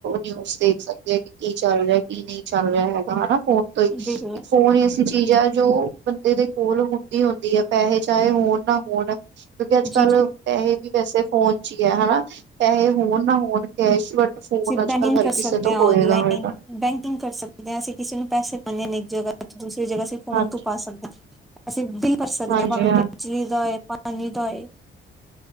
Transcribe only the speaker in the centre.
ਬਿਲਕੁਲ
ਜੀ ਜੀ
ਅਸੀਂ
ਬੈਂਕਿੰਗ
ਕਰ ਸਕਦੇ
ਹਾਂ
ਔਨਲਾਈਨ ਬੈਂਕਿੰਗ ਕਰ ਸਕਦੇ ਆ ਅਸੀਂ ਕਿਸੇ ਨੂੰ ਪੈਸੇ ਪਾਉਂਦੇ ਆ ਇੱਕ ਜਗ੍ਹਾ ਤੇ ਦੂਸਰੀ ਜਗ੍ਹਾ ਅਸੀਂ ਫੋਨ
ਤੋਂ ਪਾ ਸਕਦੇ ਆ। ਅਸੀਂ ਬਿੱਲ ਭਰ ਸਕਦੇ
ਆ, ਭਾਵੇਂ
ਬਿਜਲੀ ਦਾ ਏ ਪਾਣੀ ਦਾ ਏ